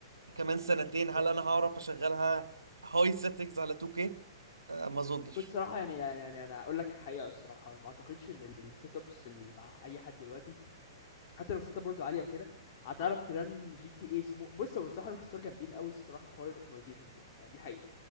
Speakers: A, on the right; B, on the left.
A: كمان سنتين هل
B: يعني-
A: انا هعرف اشغلها هاي سيتنجز على 2K آه، ما اظنش
B: بص الصراحة يعني يعني يعني أنا أقول لك الحقيقة الصراحة ما أعتقدش إن السيت أبس اللي مع أي حد دلوقتي حتى لو السيت أب برضه عالية وكده هتعرف ترن جي تي اي سمو بص هو الصراحة روك ستار جامدين قوي الصراحة في حوار الأوبتمايزيشن وكده يعني دي حقيقة